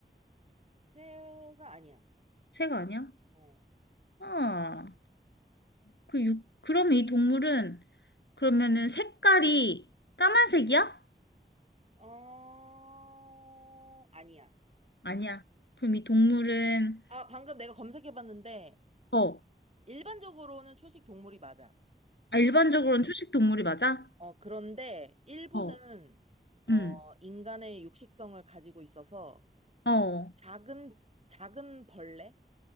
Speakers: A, on the right (about 35°); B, on the left (about 70°).
A: 새가 아니야.
B: 새가 아니야?
A: 어.
B: 아, 그 육, 그럼 이 동물은 그러면은 색깔이 까만색이야?
A: 어, 아니야.
B: 아니야. 그럼 이 동물은
A: 아, 방금 내가 검색해봤는데,
B: 어,
A: 일반적으로는 초식 동물이 맞아.
B: 아, 일반적으로는 초식 동물이 맞아?
A: 어, 그런데 일부는,
B: 어.
A: 어,
B: 음.
A: 인간의 육식성을 가지고 있어서,
B: 어.
A: 작은, 작은 벌레?